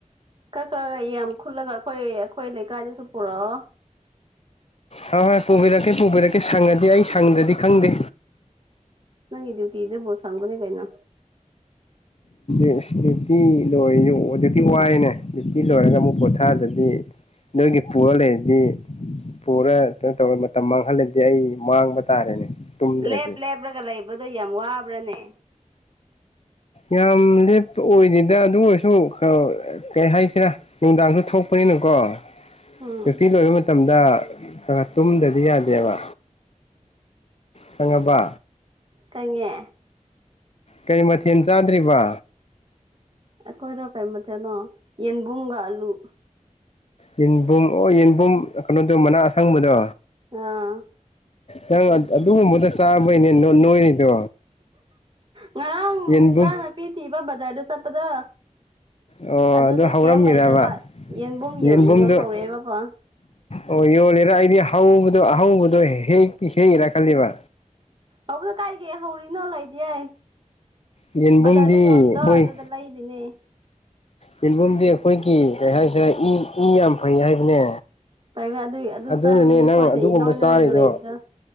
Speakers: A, on the right; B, on the left.
A: ꯈꯔ ꯈꯔ ꯌꯥꯝ ꯈꯨꯜꯂꯒ ꯑꯩꯈꯣꯏ ꯑꯩꯈꯣꯏ ꯂꯩꯀꯥꯏꯗꯁꯨ ꯄꯨꯔꯛꯑꯣ
B: ꯍꯣꯏ ꯍꯣꯏ ꯄꯨꯕꯤꯔꯛꯀꯦ ꯄꯨꯕꯤꯔꯛꯀꯦ ꯁꯪꯉꯗꯤ ꯑꯩ ꯁꯪꯗ꯭ꯔꯗꯤ ꯈꯪꯗꯦ
A: ꯅꯪꯒꯤ ꯗ꯭ꯌꯨꯇꯤꯗꯨꯕꯨ ꯁꯡꯕꯅꯤ ꯀꯩꯅꯣ <inaudible>
B: ꯏꯁ ꯗ꯭ꯌꯨꯇꯤ ꯂꯣꯏꯖꯨ ꯗ꯭ꯌꯨꯇꯤ ꯋꯥꯏꯅꯦ ꯗ꯭ꯌꯨꯇꯤ ꯂꯣꯏꯔꯒ ꯑꯃꯨꯛ ꯄꯣꯊꯥꯗꯗꯤ ꯅꯪꯒꯤ ꯄꯨꯋꯥ ꯂꯩꯔꯗꯤ ꯄꯨꯔ ꯀꯩꯅꯣ ꯇꯧꯔ ꯃꯇꯝ ꯃꯥꯡꯍꯜꯂꯗꯤ ꯑꯩ ꯃꯥꯡꯕ ꯇꯥꯔꯦꯅꯦ ꯇꯨꯝꯗ꯭ꯔꯗꯤ
A: ꯂꯦꯞ ꯂꯦꯞꯂꯒ ꯂꯩꯕꯗꯣ ꯌꯥꯝ ꯋꯥꯕ꯭ꯔꯅꯦ
B: ꯌꯥꯝ ꯂꯦꯞꯄ ꯑꯣꯏꯗꯦꯗ ꯑꯗꯨ ꯑꯣꯏꯔꯁꯨ ꯀꯩ ꯍꯥꯏꯁꯤꯔꯥ ꯅꯨꯡꯗꯥꯡꯁꯨ ꯊꯣꯛꯄꯅꯤꯅꯀꯣ
A: ꯎꯝ
B: ꯗ꯭ꯌꯨꯇꯤ ꯂꯣꯏꯕ ꯃꯠ ꯇꯝꯗ ꯈꯔ ꯈꯔ ꯇꯨꯝꯗ꯭ꯔꯗꯤ ꯌꯥꯗꯦꯕ ꯈꯪꯉꯕ
A: ꯈꯪꯉꯦ
B: ꯀꯩ ꯃꯊꯦꯟ ꯆꯥꯗ꯭ꯔꯤꯕꯣ
A: ꯑꯩꯈꯣꯏꯔꯣ ꯀꯔꯤ ꯃꯊꯣꯟꯅꯣ ꯌꯦꯟꯕꯨꯝꯒ ꯑꯂꯨ
B: ꯌꯦꯟꯕꯨꯝ ꯑꯣ ꯌꯦꯟꯕꯨꯝ ꯀꯩꯅꯣꯗꯣ ꯃꯅꯥ ꯑꯁꯡꯕꯗꯣ
A: ꯑꯥ
B: ꯅꯪ ꯑ ꯑꯗꯨꯒꯨꯝꯕꯗ ꯆꯥꯕꯩꯅꯦ ꯅꯣꯏ ꯅꯣꯏꯔꯤꯗꯣ
A: ꯉꯔꯥꯡ
B: ꯌꯦꯟꯕꯨꯝ
A: ꯍꯤꯟꯖꯥꯡ ꯅꯥꯄꯤ ꯊꯤꯕ ꯕꯖꯥꯔꯗ ꯆꯠꯄꯗꯣ
B: ꯑꯣ
A: ꯑꯗꯨꯗ
B: ꯑꯗꯨ ꯍꯧꯔꯝꯃꯤꯔꯕ
A: ꯀꯩꯝ ꯂꯩꯇꯕ ꯌꯦꯡꯕꯨꯝ
B: ꯌꯦꯟꯕꯨꯝꯗꯣ
A: ꯌꯣ ꯌꯣꯜꯍꯧꯔꯦꯕꯀꯣ
B: ꯑꯣ ꯌꯣꯜꯂꯤꯔ ꯑꯩꯗꯤ ꯍꯧꯕꯗꯣ ꯑꯍꯧꯕꯗꯣ ꯍꯦꯛ ꯍꯦꯛꯏꯔꯥ ꯈꯜꯂꯤꯕ
A: ꯍꯧꯕꯗꯣ ꯀꯥꯏꯗꯒꯤ ꯍꯧꯔꯤꯅꯣ ꯂꯩꯗꯤꯌꯦ
B: ꯌꯦꯟꯕꯨꯝꯗꯤ
A: ꯕꯖꯥꯔꯗ ꯌꯣꯜꯂꯤꯗꯣ
B: ꯑꯩꯈꯣꯏ
A: ꯑꯗꯨꯗ ꯂꯩꯔꯤꯅꯦ
B: ꯌꯦꯟꯕꯨꯝꯗꯤ ꯑꯩꯈꯣꯏꯒꯤ ꯀꯩ ꯍꯥꯏꯁꯤꯔ ꯏ ꯏ ꯌꯥꯝ ꯐꯩ ꯍꯥꯏꯕꯅꯦ
A: ꯂꯩꯔ ꯑꯗꯨꯏ ꯑꯗꯨ
B: ꯑꯗꯨꯅꯅꯦ
A: ꯆꯥꯕꯤꯅꯦ ꯑꯩꯈꯣꯏꯗ
B: ꯅꯪ ꯑꯗꯨꯒꯨꯝꯕ
A: ꯏꯅꯣꯏ ꯅꯣꯏꯔꯒ
B: ꯆꯥꯔꯤꯗꯣ
A: ꯂꯩꯕꯗꯣ